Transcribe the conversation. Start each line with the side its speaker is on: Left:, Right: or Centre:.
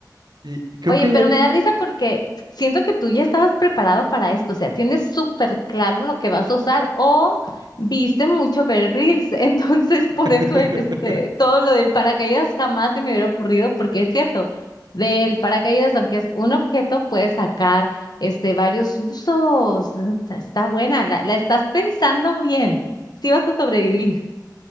Right: Y y creo
Left: Oye,
Right: que hay
Left: pero
Right: algo.
Left: me da risa porque siento que tú ya estabas preparado para esto, o sea, tienes súper claro lo que vas a usar o viste mucho Bear Grylls, <laughs> entonces por
Right: <laughs>
Left: eso este, todo lo del paracaídas jamás se me hubiera ocurrido porque es cierto, del paracaídas, aunque es un objeto, puedes sacar este, varios usos, está, está buena, la, la estás pensando bien, sí vas a sobrevivir.